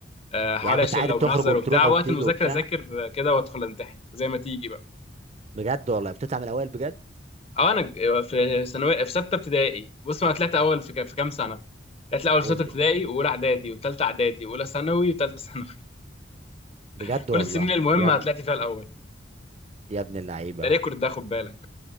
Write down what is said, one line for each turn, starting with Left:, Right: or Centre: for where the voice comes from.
Left: آه، حوالي
Right: يعني كنت
Left: اشيل
Right: عادي
Left: او
Right: بتخرج
Left: بنهزر
Right: وبتروح
Left: وبتاع
Right: وبتيجي
Left: وقت المذاكره
Right: وبتاع
Left: اذاكر كده وادخل امتحن زي ما تيجي بقى
Right: بجد والله بتطلع من الاوائل بجد
Left: اه انا ج- آه، في ثانويه في سته ابتدائي بص انا طلعت اول في ك- في كام سنه طلعت الاول
Right: قول
Left: في سته
Right: لي
Left: ابتدائي واولى اعدادي وثالثه اعدادي واولى ثانوي وثالثه ثانوي
Right: بجد
Left: <laughs> كل
Right: والله
Left: السنين المهمه
Right: يا ابن
Left: طلعت فيها الاول
Right: يا ابن اللعيبه
Left: ده ريكورد ده خد بالك